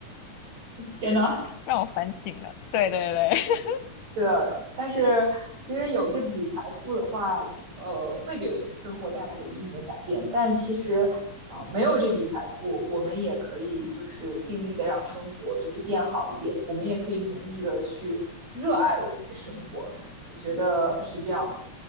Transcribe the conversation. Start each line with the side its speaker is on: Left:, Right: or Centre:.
Right: 天呐，
Left: 让我反省了。对对对
Right: 对的，但是其实有这笔财富的话，呃，会给我们的生活带来一定的改变。但其实啊、呃没有这笔财富，我们也可以就是尽力的让生活就是变好一点，我们也可以努力的去热爱我们的生活。我觉得是这样的，